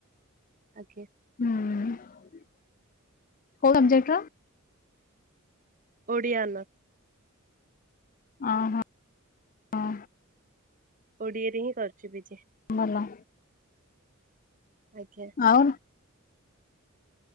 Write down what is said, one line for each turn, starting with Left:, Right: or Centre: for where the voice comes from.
Right: ଆଜ୍ଞା।
Left: ହୁଁ, କୋଉ ସବଜେକ୍ଟ ର?
Right: ଓଡ଼ିଆ ଅନର୍ସ।
Left: ଅ ହଁ ହଁ।
Right: ଓଡ଼ିଆ ରେ ହିଁ କରୁଛି ପି ଜି।
Left: ଭଲ।
Right: ଆଜ୍ଞା
Left: ଆଉ